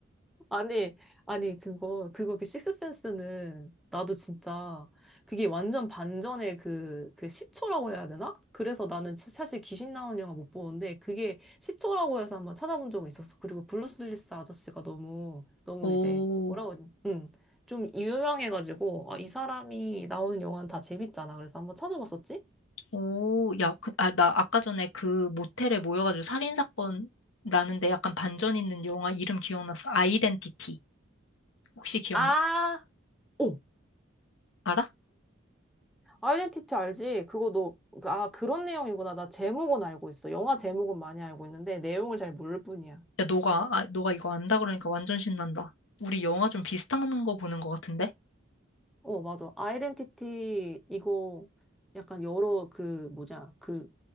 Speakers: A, in the centre; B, on the left.
A: 아니, 아니, 그거, 그거 그 식스센스는 나도 진짜 그게 완전 반전의 그, 그 시초라고 해야 되나? 그래서 나는 사- 사실 귀신 나오는 영화 못 보는데 그게 시초라고 해서 한번 찾아본 적은 있었어. 그리고 브루스 윌리스 아저씨가 너무, 너무
B: 오,
A: 이제 뭐라고, 해야 되지? 음, 좀 유명해가지고 아, 이 사람이 나오는 영화는 다 재밌잖아. 그래서 한번 찾아봤었지?
B: 오, 야, 그, 아, 나 아까 전에 그 모텔에 모여가지고 살인사건 나는데 약간 반전 있는 영화 이름 기억났어. 아이덴티티. 혹시 기억,
A: 아, 오!
B: 알아?
A: 아이덴티티 알지? 그거 너, 아, 그런 내용이구나. 나 제목은 알고 있어. 영화 제목은 많이 알고 있는데 내용을 잘 모를 뿐이야.
B: 야, 너가, 아, 너가 이거 안다 그러니까 완전 신난다. 우리 영화 좀 비슷한 거 보는 것 같은데?
A: 어, 맞아. 아이덴티티 이거 약간 여러 그 뭐냐 그